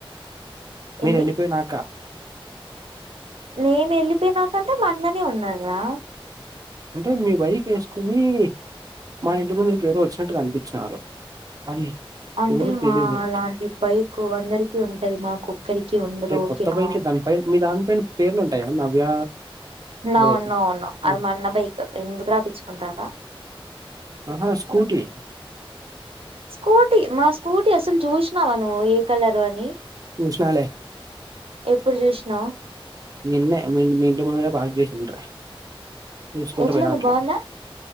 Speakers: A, on the right (about 40°); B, on the right (about 80°).
A: మీరు
B: ఏంది
A: వెళ్ళిపోయినాక
B: నేము వెళ్ళిపోయినాకంటే మా అన్ననే ఉన్నారా
A: అంటే మీ బైక్ వేసుకోని మా ఇంటి ముందు ఎరు వచ్చినట్టుగా కనిపించినారు అది
B: అంటే
A: ఎవరో
B: మా
A: తెలీదు
B: అలాంటి బైక్ అందరికి ఉంటది మాకు ఒక్కరికి ఉండదు
A: అంటే
B: ఓకేనా
A: కొత్త బైక్ దానిపై మీ దానిపైన పేర్లు ఉంటాయా నవ్య
B: నో
A: లే
B: నో నో అది
A: ఆ!
B: మ బైక్ ఎందుకు రా పించుకుంటారా
A: ఆహ స్కూటీ
B: స్కూటీ మా స్కూటీ అసలు చూసినావా నువ్వు ఏ కలర్ అని
A: చూసిన లే
B: ఎప్పుడు చూసినావు
A: నిన్నే మీ ఇంటి ముందట పార్క్ చేసుంటీరి చూసుకుంటూ
B: ఎట్లుంది
A: పోయిన అట్లా
B: బాగుందా